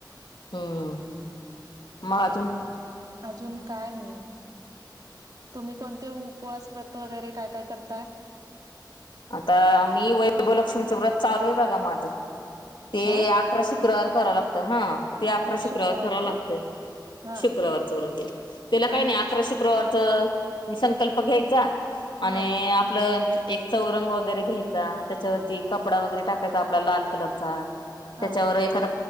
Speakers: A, on the left; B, on the right.
A: हम्म मग अजून
B: अजून काय नाही तुम्ही कोणते उपवास व्रत वगैरे काय काय करताय
A: आता मी वैभलक्ष्मीचं व्रत चालू आहे बघा माझं ते
B: होय
A: अकरा शुक्रवार कराव लागत हा ते
B: अ
A: अकरा शुक्रवार
B: शुक्रवारी
A: कराव लागतय
B: का हा
A: शुक्रवार चे वृत्त त्याला
B: आणि
A: काय नाही
B: त्याची
A: अकरा शुक्रवारचं संकल्प घ्यायचा
B: हा
A: आणि आपलं एक वरे घ्यायचा त्याच्यावरती कपडा वगैरे टाकायचा आपला लाल कलरचा
B: हा
A: त्याच्यावर एखा